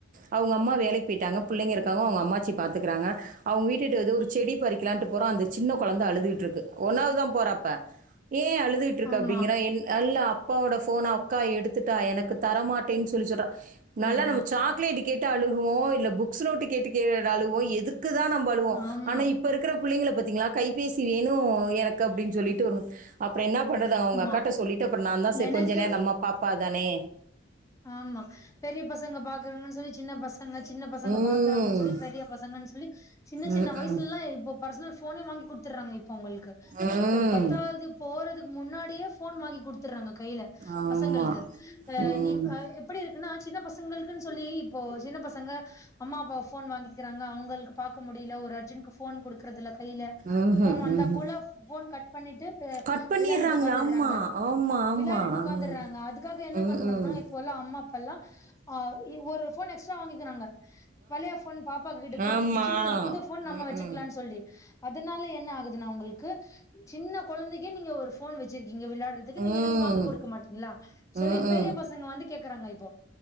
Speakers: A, on the right (about 45°); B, on the left (about 15°).
A: அவ்ங்க அம்மா வேலைக்கு போய்ட்டாங்க புள்ளைங்க இருக்காங்க அவங்க அம்மாச்சி பாத்துக்கறாங்க அவ்ங்க வீட்டுட்ட எதோ ஒரு செடி பறிக்கலான்ட்டு போறோ அந்த சின்ன கொழந்த அழுதுகிட்டு இருக்கு ஒன்னாவ்தா போறப்ப ஏ அழுதுகிட்டுருக்க
B: ஆமா
A: அப்டிங்கற என் ல்ல அப் அப்பாவோட ஃபோன அக்கா எடுத்துட்டா எனக்கு தரமாட்டேன்னு சொல்லி சொல்றா நல்லா
B: ஆமா
A: நம்ம சாக்லேட் கேட்டா அழுகுவோ இல்ல புக்ஸ் நோட்டு கேட்டு கே அழுகுவோ எதுக்கு க்குதா நம்மழுவோ
B: ஆமா
A: ஆனா இப்ப இருக்றப் புள்ளைங்கள பாத்தீங்களா கைபேசி வேணு எனக்கு அப்டின்னு சொல்லிட்டு வரு அப் அப்றோ என்னா பண்றது அவங்க அக்காட்ட
B: ஆமா
A: சொல்லிட்டு அப்றோ நாதா செரி
B: எனக்கு
A: கொஞ்ச நேரம் நம்ம பாப்பாதானே
B: ஆமா பெரிய பசங்க பாக்குறாங்கன்னு சொல்லி சின்ன பசங்க சின்ன பசங்க
A: ம்.
B: பாக்குறாங்கன்னு சொல்லி பெரிய பசங்கன்னு சொ ல்லி சின்ன சின்ன
A: ம்ஹ்ம்.
B: வயசுலல்லா இப்ப பர்சனல் ஃபோனே வாங்கி குடுத்றாங்க இப் உங்களுக்கு
A: ம்.
B: ஒரு பத்தாவது போறதுக்கு முன்னாடி ப்யே போன் வாங்கி கு டுத்றாங்க கைல
A: ஆமா.
B: பசங்களுக்கு ஹ
A: ம்.
B: நீ ஹ எப்டி இருக்குன்னா சின்ன பசங் த்துங்களுக்குன்னு சொல்லி இப்போ சின்ன பசங்க அம்மா அப்பா ஃபோன் வாங்கிக்றாங்க அவங்களுக் பாக்க முடில ஒரு அர்ஜென்க்கு போன் குடுக்றதுல கைல
A: ம்ஹ்ம்,
B: ஃபோன் வந்தா
A: ம்ஹ்ம்.
B: கூல ஃபோன் கட் பண்ணிட்டு பே
A: கட் பண்ணிர்றாங்க.
B: விளாடிட்டு உக்காந்துடுறாங்க
A: ஆமா, ஆமா, ஆமா.
B: விளாடிட்டு உக்காந்துடுறாங்க
A: ம்.
B: அதுக்காக என்ன
A: ம்ஹ்ம்.
B: பண்றாங்கன்னா இப் போல அம்மா அப்பால்லா அதாது ஒரு போன் எக்ஸ்ட்ரா வாங்கிக்கிறாங்க பழைய ஃபோன் பாப்பா கிட்ட குடுத்துட்டு
A: ஆமா.
B: சின்ன புது ஃபோன் நம்ம
A: ம்ஹ்ம்.
B: வச்சிக்கலான்னு சொல்லி அதுனால என்ன ஆகுதுன்னா உங்களுக்கு சின்ன கொழந்தைக்கே நீங்க ஒரு ஃபோன் வச்சிருக்கீ இங்க விளாடுறதுக்கு நீங்க
A: ம்.
B: எனக்கு வாங்கி குடுக்க மாட்டீங்களா சொல்லி
A: ம்ஹ்ம். ம்.
B: பெரிய பச வந்து கேக்கறாங்க இப்போ